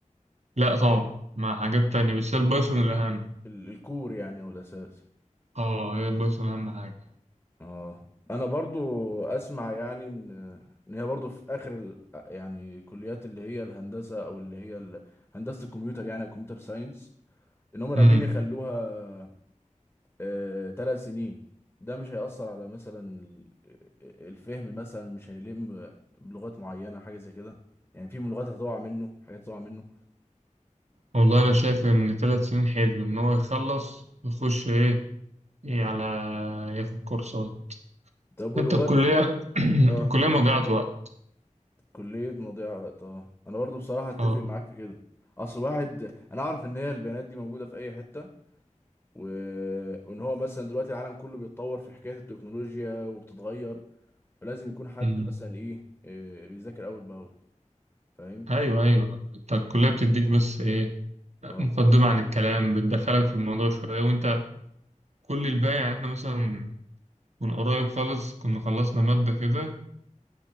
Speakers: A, on the right; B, on the left.
A: لا طبعا مع حاجات تانية بس هي البايثون الأهم
B: ال- الكور يعني او الاساس
A: اه هي البايثون أهم حاجة
B: اه انا برضو اسمع يعني ان ان هي برضو في اخر ال... يعني كليات اللي هي الهندسه او اللي هي ال... هندسه الكمبيوتر يعني كمبيوتر ساينس ان هم ناويين
A: امم
B: يخلوها آه... ثلاث سنين ده مش هيأثر على مثلا ال- آه، الفهم مثلا مش هيلم بلغات معينه حاجه زي كده يعني في لغات هتقع منه حاجات هتقع منه
A: والله أنا شايف إن تلات سنين حلو إن هو يخلص ويخش إيه إيه على ياخد كورسات
B: طب ولغات
A: أنت الكلية <clears throat>
B: اه
A: الكلية مضيعة وقت
B: كليه مضيعه وقت اه انا برضو بصراحه اتفق
A: اه
B: معاك في كده اصل واحد انا اعرف ان هي البيانات دي موجوده في اي حته و... وان هو مثلا دلوقتي العالم كله بيتطور في حكاية التكنولوجيا وبتتغير فلازم يكون حد
A: امم
B: مثلا ايه, إيه بيذاكر اول باول فاهم
A: أيوه أيوه أنت الكلية بتديك بس إيه
B: اه
A: مقدمة عن الكلام بتدخلك في الموضوع شوية وأنت كل الباقي يعني إحنا مثلا من قريب خالص كنا خلصنا مادة كده